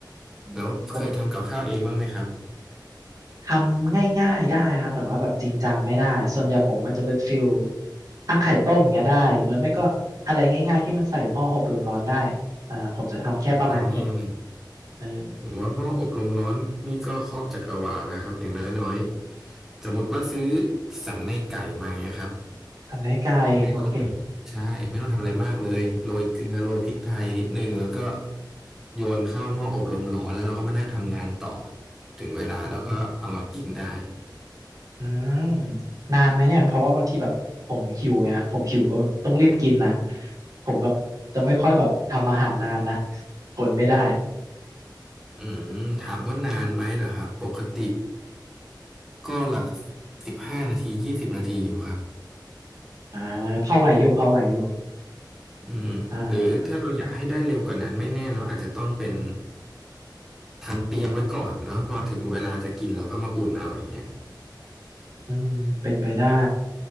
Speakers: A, on the right (about 50°); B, in the centre.
A: อืม
B: แล้วเคยทำกับข้าวเองบ้างไหมครับ
A: ทำง่ายๆได้ครับแต่ว่าแบบจริงจังไม่ได้ส่วนใหญ่ผมมันจะเป็นฟิลอ่ะไข่ต้มอย่างเงี้ยได้หรือไม่ก็อะไรง่ายๆที่มันใส่หม้ออบลมร้อนได้อ่าผมจะทำแค่ประมาณนี้
B: อืม
A: เออ
B: ผมว่าหม้ออบลมร้อนนี่ก็ครอบจักรวาลแล้วครับอย่างน้อยๆสมมติว่าซื้อสันในไก่มาเงี้ยครับ
A: สันในไก่โอเค
B: ไม่ต้องเลยใช่ไม่ต้องทำอะไรมากเลยโรยเกลือโรยพริกไทยนิดนึงแล้วก็โยนเข้าหม้ออบลมร้อนแล้วเราก็มานั่งทำงานต่อถึงเวลาเราก็เอามากินได้
A: อืม อืมนานไหมเนี่ยเพราะว่าบางทีแบบผมหิวไงผมหิวก็แบบต้องรีบกินนะผมแบบจะไม่ค่อยแบบทำอาหารนานนะทนไม่ได้
B: อืมถามว่านานไหมเหรอครับปกติก็หลักสิบห้านาทียี่สิบนาทีอยู่ครับ
A: อ่าพอไหวอยู่พอไหวอยู่
B: อืมหรือถ้าเราอยากให้ได้เร็วกว่านั้นไม่แน่เราอาจจะต้องเป็น
A: อ่า
B: ทำเตรียมไว้ก่อนแล้วพอถึงเวลาจะกินเราก็มาอุ่นเอาอย่างเงี้ย
A: อืมเป็นไปได้